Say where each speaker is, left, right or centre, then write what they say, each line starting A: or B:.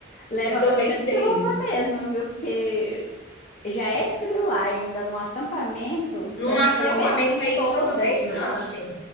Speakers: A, on the left (about 40°); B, on the left (about 60°).
A: Leva
B: Eu tô
A: bastante
B: bem feliz.
A: roupa mesmo, viu? Porque já é frio lá ainda no acampamento,
B: Num
A: vai
B: acampamento
A: se tremer
B: é isso
A: toda
B: que eu tô pensando,
A: de noite.
B: assim.